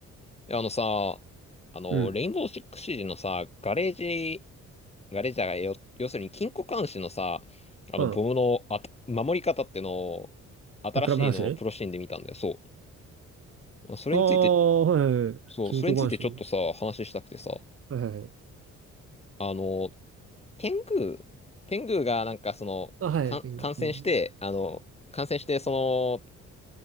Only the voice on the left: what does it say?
いや、あのさ、あの、
レインボーシックスシージのさ、ガレージ、ガレージャーがよ、要するに金庫監視のさ、あの、
ボムのあた、守り方ってのを、新しいのをプロシーンで見たんだよ、
そう。それについて、
そう、
それについてちょっとさ、話したくてさ、
あの、天狗、天狗がなんかその、
か、
感染して、
あの、感染して、その、